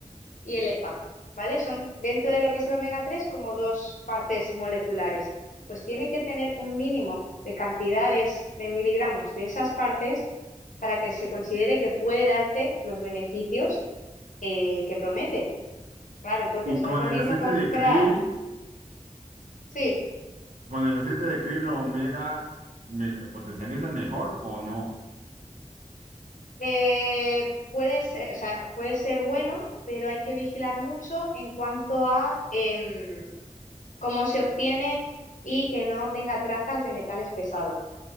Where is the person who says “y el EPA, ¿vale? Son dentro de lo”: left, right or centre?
Left